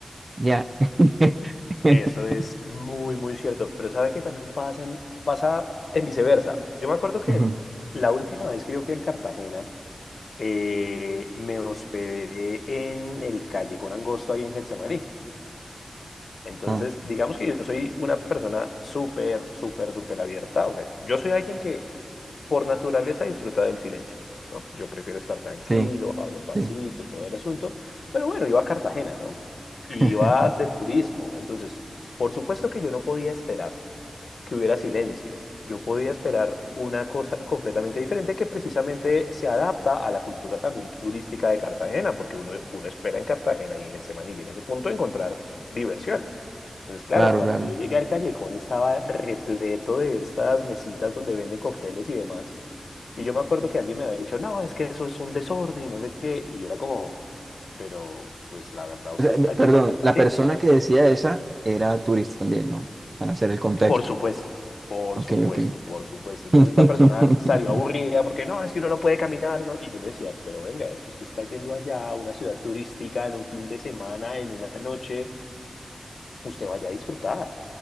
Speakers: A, on the right; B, on the left.
A: Ya. <laughs>
B: Eso es muy, muy cierto, pero sabe que también pasa en, pasa en viceversa. Yo me acuerdo que
A: Ujú.
B: la última vez que yo fui a Cartagena, eh, me hospedé en el Callejón Angosto ahí en Getsemaní. Entonces,
A: Ah,
B: digamos que yo soy una persona súper, súper, súper abierta. O sea, yo soy alguien que por naturaleza disfruta del silencio, ¿no? Yo prefiero estar tranquilo,
A: sí,
B: hablo pasito,
A: sí.
B: todo el asunto. Pero bueno, iba a Cartagena, ¿no? Y
A: <laughs>
B: iba de turismo. Entonces, por supuesto que yo no podía esperar que hubiera silencio. Yo podía esperar una cosa completamente diferente que precisamente se adapta a la cultura también turística de Cartagena, porque uno, uno espera en Cartagena y en Getsemaní y en ese punto encontrar diversión. Entonces, claro,
A: Claro,
B: cuando
A: claro.
B: yo llegué al callejón estaba repleto de estas mesitas donde venden cócteles y demás. Y yo me acuerdo que alguien me había dicho, no, es que eso es un desorden y no sé qué. Y yo era como, pero pues la verdad usted
A: O sea,
B: está
A: me- perdón,
B: yendo a Cartagena,
A: la persona
B: o sea, us-
A: que decía esa era turista también, ¿no? Para hacer el contexto.
B: Por supuesto, por
A: Ok,
B: supuesto,
A: ok.
B: por supuesto. Entonces
A: <laughs>
B: esta persona salió aburrida porque no, es que uno no puede caminar. uno-". Y yo le decía, pero venga, es que usted está yendo allá a una ciudad turística en un fin de semana, en una noche, usted vaya a disfrutar.